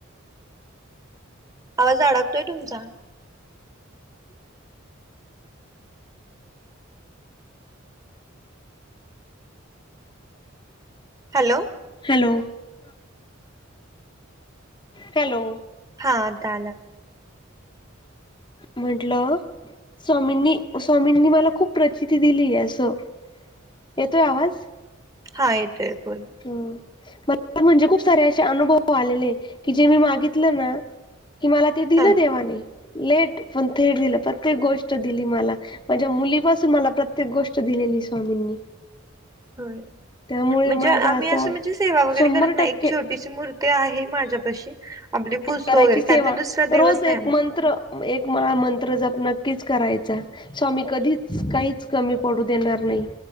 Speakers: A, on the right; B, on the left.
A: आवाज अडकतोय तुमचा. हॅलो.
B: हॅलो. हॅलो.
A: हा आता आला.
B: म्हंटलं स्वामींनी स्वामींनी मला खूप प्रचिती दिलीय असं. येतोय आवाज?
A: हा येतोय बोल.
B: हो म म्हणजे खूप सारे असे अनुभव आलेले, की जे मी मागितलं ना. कि मला ते दिलं
A: हा
B: देवाने, लेट पण थेट दिलं प्रत्येक गोष्ट दिली मला. माझ्या मुलीपासून मला प्रत्येक गोष्ट दिलेली स्वामींनी.
A: होय.
B: त्यामुळे
A: म्हणजे,
B: माझा
A: आम्ही
B: असा
A: असं म्हणजे सेवा वगैरे
B: शंभर
A: करत नाही,
B: टक्के
A: एक छोटीशी मूर्ती आहे माझ्यापाशी. आपली पूजतो
B: करायची
A: वगैरे
B: सेवा
A: का तर दुसरा
B: रोज
A: देवच नाही
B: एक मंत्र एक माळ मंत्र जप नक्कीच करायचा. स्वामी कधीच काहीचं, कमी पडू देणार नाही.